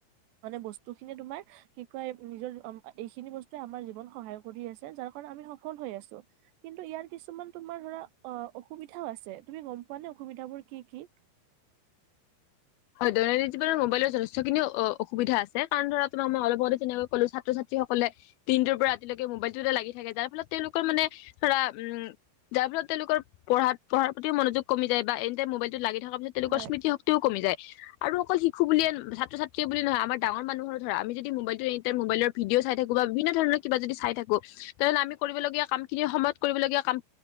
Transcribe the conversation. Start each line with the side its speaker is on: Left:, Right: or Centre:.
Right: মানে বস্তু খিনি তোমাৰ কি কয় নিজৰ এইখিনি বস্তুৱে আমাৰ জীৱন সহায় কৰি আছে যাৰ। আমি সফল হৈ আছো। কিন্তু ইয়াৰ কিছুমান তোমাৰ ধৰা অ অসুবিধাও আছে। তুমি গম পোৱা নে অসুবিধাবোৰ কি কি।
Left: হয় দৈনন্দিন জীৱনত মোবাইলৰ যথেষ্টখিনি অসুবিধা আছে। কাৰণ ধৰা তোমাৰ মই অলপ আগতে যেনেকৈ ক'লো ছাত্ৰ ছাত্ৰী সকলে দিনটোৰ পৰা। <unintelligible> মোবাইল টোতে লাগি থাকে যাৰ ফলত তেওঁলোকৰ মানে ধৰা উম যাৰ ফলত তেওঁলোকৰ পঢ়াত পঢ়া প্ৰতি মনোযোগ কি যায়। বা এনে মবাইলটো লাগি থকাৰ প্ৰতি তেওঁলৰ
Right: হয়
Left: স্মৃতি শক্তিও কমি যায়। আৰু অকল শিশু বুলিয়ে। ছাত্ৰ ছাতীয়ে বুলি নহয় আমাৰো ধৰা মানুহৰ ধৰা আম য মোবাইলটো এনিাই মোবলৰ ভিদিঅ'চাই থাকো বা বিভিন্ন ধৰণ কিবা য <unintelligible> কৰিব লগীয়া কাম খিনি সময়ত কৰিবলগীয়া